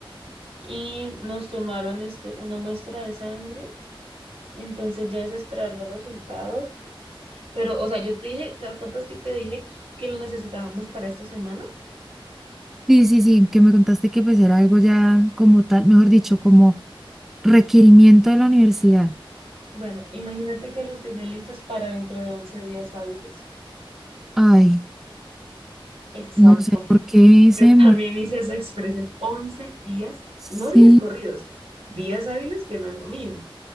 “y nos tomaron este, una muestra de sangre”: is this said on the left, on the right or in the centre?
Right